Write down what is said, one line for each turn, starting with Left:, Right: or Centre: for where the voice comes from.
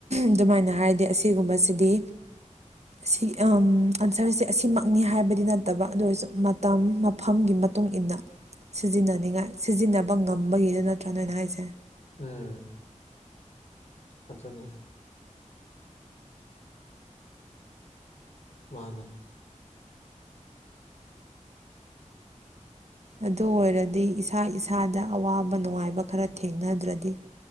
Right: ꯑꯗꯨꯃꯥꯏꯅ ꯍꯥꯏꯔꯗꯤ ꯑꯁꯤꯒꯨꯝꯕꯁꯤꯗꯤ ꯁꯤ ꯑꯟꯁꯔꯁꯦ ꯑꯁꯤꯃꯛꯅꯤ ꯍꯥꯏꯕꯗꯤ ꯅꯠꯇꯕ ꯑꯗꯨ ꯑꯣꯏꯔꯁꯨ ꯃꯇꯝ ꯃꯐꯝꯒꯤ ꯃꯇꯨꯡ ꯏꯟꯅ ꯁꯤꯖꯤꯟꯅꯅꯤꯡꯉꯥꯏ ꯁꯤꯖꯤꯟꯅꯕ ꯉꯝꯕꯒꯤꯗ ꯅꯠꯇ꯭ꯔ ꯅ ꯑꯅ ꯍꯥꯏꯁꯦ
Left: ꯎꯝ ꯑꯗꯨꯅꯦ ꯃꯥꯅꯦ
Right: ꯑꯗꯨ ꯑꯣꯏꯔꯗꯤ ꯏꯁꯥ ꯏꯁꯥꯗ ꯑꯋꯥꯕ ꯅꯨꯡꯉꯥꯏꯕ ꯈꯔ ꯊꯦꯡꯅꯗ꯭ꯔꯗꯤ